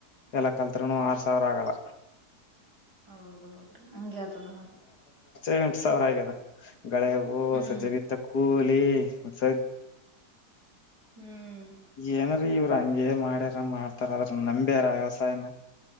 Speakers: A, on the left; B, on the right.
A: ಎಲ್ಲ ಕಲ್ತ್ರುನು ಆರ್ ಸಾವಿರ ಆಗಲ್ಲ
B: ಹೌದೌದ್ರೀ ಹಂಗಗೆ ಆತದ ಮತ್ರ
A: ಎಂಟು ಸಾವಿರ ಆಗದ ಗಳೆ ಹೋಗವು
B: ಹ್ಮ್
A: ಸಜೆಬ ಕಲಿ ಹಸ
B: ಹ್ಮ್
A: ಏನ ರೀ ಇವ್ರಾಂಗ ಏ ಮಾಡ್ಯಾರ ಮಾಡ್ತಾರದ್ರ ನಂಬ್ಯಾರ ವ್ಯವಸಾಯನ